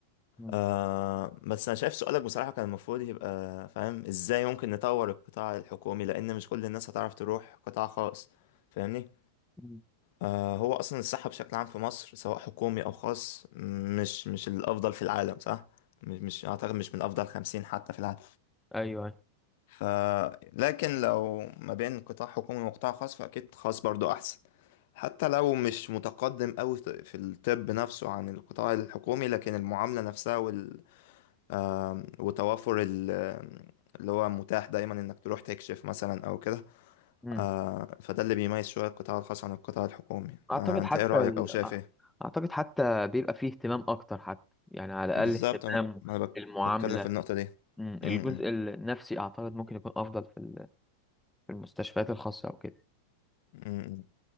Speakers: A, in the centre; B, on the left.
A: مم.
B: آه، بس أنا شايف سؤالك بصراحة كان المفروض يبقى فاهم إزاي ممكن نطور القطاع الحكومي لأن مش كل الناس هتعرف تروح قطاع خاص فاهمني
A: مم.
B: آه، هو أصلا الصحة بشكل عام في مصر سواء حكومي أو خاص مش مش الأفضل في العالم صح؟ مش مش أعتقد مش من أفضل خمسين حتى في العالم
A: ايوه أيوة.
B: ف لكن لو ما بين قطاع حكومي وقطاع خاص فأكيد خاص برضو أحسن حتى لو مش متقدم أوي في الطب نفسه عن القطاع الحكومي لكن المعاملة نفسها وال... آم، وتوافر ال... آم، اللي هو متاح دايما انك تروح تكشف مثلا او كده
A: مم.
B: آه فده اللي بيميز شوية القطاع الخاص عن القطاع الحكومي
A: اعتقد
B: آه انت
A: حتى
B: ايه رأيك
A: ال...
B: او شايف ايه
A: اعتقد حتى بيبقى فيه اهتمام اكتر حتى يعني على الاقل
B: بالظبط
A: اهتمام
B: أنا- ما انا بك-
A: المعاملة
B: بتكلم في النقطة دي
A: مم. الجزء
B: م- م-
A: النفسي اعتقد ممكن يكون افضل في ال- في المستشفيات الخاصة او كده
B: م-